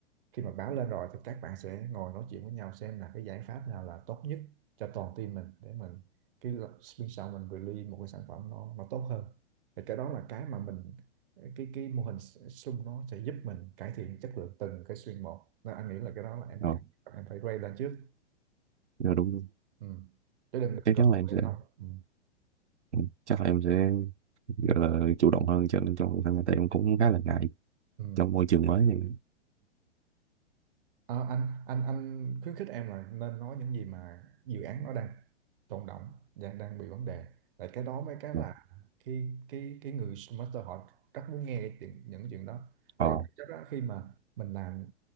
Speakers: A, on the right; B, on the right.
A: khi mà báo lên rồi thì các bạn sẽ ngồi nói chuyện với nhau xem là cái giải pháp nào là tốt nhất cho toàn team mình để mình cái bên sau mình release một cái sản phẩm nó nó tốt hơn thì cái đó là cái mà mình cái cái mô hình s- sum nó sẽ giúp mình cải thiện chất lượng từng cái stream một nên anh nghĩ là cái đó là em
B: dạ
A: em phải raise lên trước
B: dạ, đúng đúng.
A: ừ. chứ đừng đừng
B: chắc
A: có
B: chắn là em
A: vậy
B: sẽ
A: không ừ.
B: ừ, chắc là em sẽ gọi là chủ động hơn cho nên trong cuộc sống tại em cũng khá là ngại
A: Ừ.
B: trong môi trường mới này
A: Ờ, anh anh anh khuyến khích em là nên nói những gì mà dự án nó đang tồn đọng đang đang bị vấn đề tại cái đó mới cái
B: Dạ.
A: là khi cái cái người master họ rất muốn nghe cái chuyện, những chuyện đó
B: ờ
A: tại vì chắc là khi mà mình làm